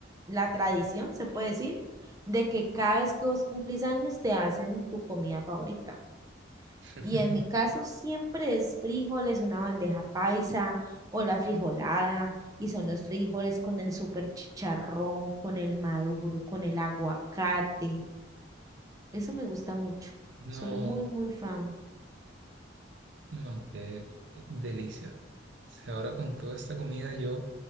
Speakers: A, on the right; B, on the right.
A: la tradición, se puede decir, de que cada vez que vos cumplís años te hacen tu comida favorita.
B: <laughs>
A: Y en mi caso siempre es frijoles, una bandeja paisa o la frijolada, y son los frijoles con el super chicharrón, con el maduro, con el aguacate. Eso me gusta mucho.
B: No,
A: Soy muy, muy fan.
B: no, qué delicia. O sea, ahora con toda esta comida yo...